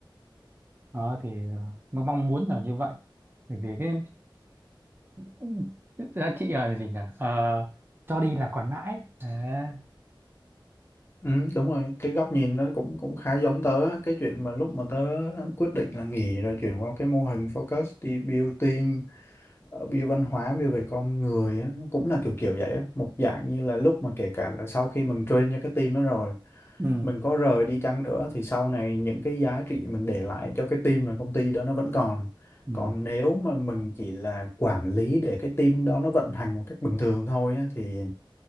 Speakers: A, on the right (about 25°); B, on the left (about 30°).
A: đó thì ờ, mong mong muốn là như vậy bởi vì cái Ừ, giá trị là gì nhỉ Ờ, cho đi là còn mãi à,
B: Ừ, đúng rồi, cái góc nhìn nó cũng cũng khá giống tớ á. cái chuyện mà lúc mà tớ quyết định là nghỉ rồi chuyển qua cái mô hình focus đi build team ờ, view văn hóa view về con người á, nó cũng là kiểu kiểu vậy á một dạng như là lúc mà kể cả là sau khi mình train cho cái team đó rồi
A: ừ,
B: mình có rời đi chăng nữa thì sau này những cái giá trị mình để lại cho cái team và công ty đó nó vẫn còn
A: ừ,
B: còn nếu mà mình chỉ là quản lý để cái team đó nó vận hành một cách bình thường thôi á, thì